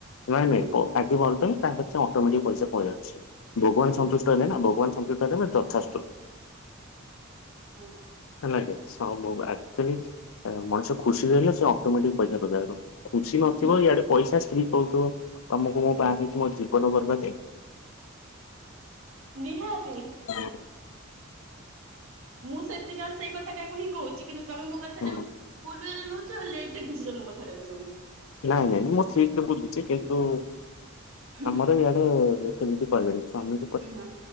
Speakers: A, on the left; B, on the right.
A: ନାଇଁ
B: ହୁଁ
A: ନାଇଁ ଆଗେ ଭଲ ତାଙ୍କ ପାରେ ଅଟୋମଟିକ ପଇସା ପ ଯାଉଛି। ଭଗବାନ
B: ହୁଁ
A: ସନ୍ତୁଷ୍ଟ ନା ଭଗବାନ <unintelligible> ତ ହେଲେ ଯକ୍ଷାସ୍ତ
B: ହୁଁ
A: ହେଲାେ ସବଚୁଆଲି ମଣିଷ ଖୁସିରେ ରହଲେ ସେ ଅଟୋମେଟିକ ପଇସା ଓଜାଗର ଖୁସି ନଥିବ
B: ହୁଁ
A: ଇଆଡେ ପଇସା ସ୍ତ୍ରୀ କଉଥିବ ତମକୁ ମୋ
B: ହୁଁ
A: ବାହା ହେଇଛି ମୋ ଜୀବନ ବର୍ବାଦ
B: ନିହାତି
A: ହଁ
B: ମୁଁ ସେତିକି ଆଳୁ ସେଇ କଥାଟାକୁ ହିଁ କହୁଛି କିନ୍ତୁ ତମେ ମୋ କଥାରେ
A: ହୁଁ
B: ଭୁଲରେ ନଉଛି ଆଉ ଲେ କେତେ ବୁଝୁଛ ମମ କଥାଟାକୁ ସବୁ।
A: ନାଇଁ ନାଇଁ ନାଇଁ ମୁଁ ସେଇଥିରେ ବୁଝଛି କିନ୍ତୁ
B: ହୁଁ
A: ଆମର ବି ସେମିତି କହିଲେନି ଆମେ
B: ହଁ